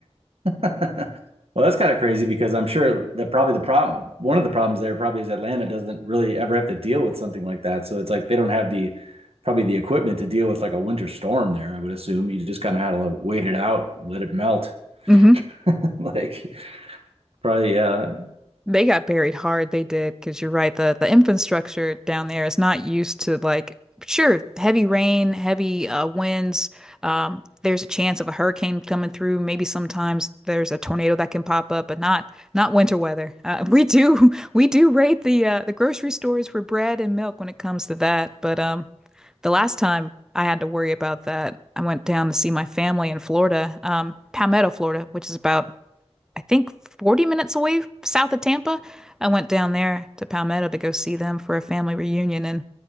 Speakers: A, on the right (about 60°); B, in the centre.
A: <laughs> Well, that's kind of crazy because I'm sure that probably the problem, one of the problems there probably is Atlanta doesn't really ever have to deal with something like that. So it's like they don't have the probably the equipment to deal with like a winter storm there, I would assume. You just kind of had to like, wait it out, let it melt.
B: Mm-hmm.
A: <laughs> Like probably uh
B: They got buried hard, they did, because you're right, the the infrastructure down there is not used to like sure, heavy rain, heavy uh, winds. Um, there's a chance of a hurricane coming through. Maybe sometimes there's a tornado that can pop up, but not not winter weather. Uh, we do <laughs> we do raid the uh, the grocery stores for bread and milk when it comes to that. But um, the last time I had to worry about that, I went down to see my family in Florida, um, Palmetto, Florida, which is about I think 40 minutes away south of Tampa. I went down there to Palmetto to go see them for a family reunion, and